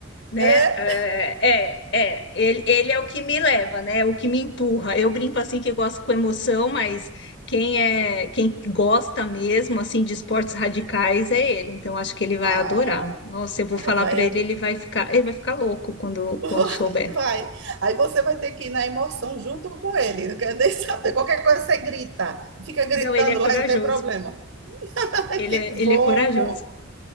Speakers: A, on the left; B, on the right.
A: né?
B: É?
A: É, é, é, ele, ele é o que me leva, né? O que me empurra. Eu brinco assim que eu gosto com emoção, mas quem é, quem gosta mesmo assim de esportes radicais é ele. Então acho que ele vai
B: Ah,
A: adorar. Nossa, eu vou
B: aí
A: falar
B: vai
A: para
B: a
A: ele,
B: dor.
A: ele
B: <laughs>
A: vai ficar, ele vai ficar louco quando
B: Vai,
A: quando souber.
B: vai. Aí você vai ter que ir na emoção junto com ele. Não quer nem saber. Qualquer coisa você grita. Fica gritando
A: Não, ele é corajoso.
B: lá, não tem problema. <laughs>
A: Ele
B: Que
A: é, ele
B: bom!
A: é corajoso.